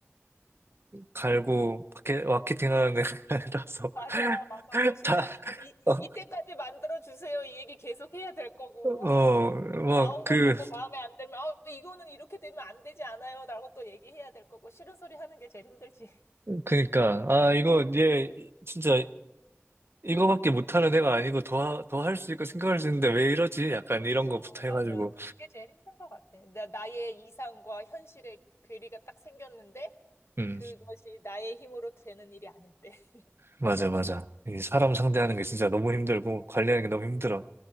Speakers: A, on the right; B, on the left.
A: 갈고, 마케, 마케팅 하는 애라서.
B: 맞아,
A: <laughs>
B: 맞아. 그거 쉽지
A: 다,
B: 않지. 뭐, 이,
A: 어,
B: 이때까지 만들어주세요. 이 얘기 계속 해야 될 거고.
A: 어, 막,
B: 또 나온
A: 그,
B: 거 보고 마음에 안 들면, 아, 이거는 이렇게 되면 안 되지 않아요. 라고 또 얘기해야 될 거고. 싫은 소리 하는 게 제일 힘들지. <laughs>
A: 그니까, 아, 이거, 얘, 진짜, 이거밖에 못하는 애가 아니고, 더, 더 할 수 있고 생각할 수 있는데, 왜 이러지? 약간 이런 거부터
B: 어, 맞아.
A: 해가지고,
B: 그게 제일 힘든 것 같아. 나, 나의 이상과 현실의 괴리가 딱 생겼는데,
A: 음,
B: 그것이 나의 힘으로 되는 일이 아닐 때. <laughs>
A: 맞아, 맞아. 이 사람 상대하는 게 진짜 너무 힘들고, 관리하는 게 너무 힘들어.